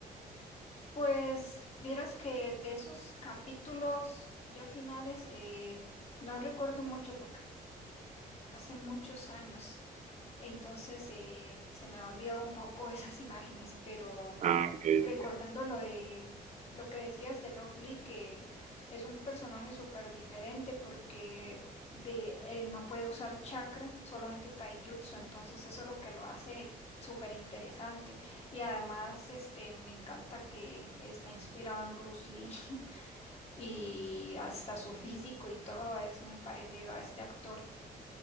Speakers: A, on the left (about 40°); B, on the right (about 50°).
A: Pues vieras que de esos capítulos ya finales eh, no recuerdo mucho porque fue hace muchos años. Entonces eh, se me ha olvidado un poco <laughs> esas imágenes, pero
B: Ah, ok.
A: recordando
B: ok.
A: lo de lo que decías de Rock Lee, que es un personaje súper diferente porque de, él no puede usar chakra, solamente taijutsu, entonces eso es lo que lo hace súper interesante. Y además este, me encanta que está inspirado en Bruce Lee <laughs> y hasta su físico y todo es muy parecido a este actor.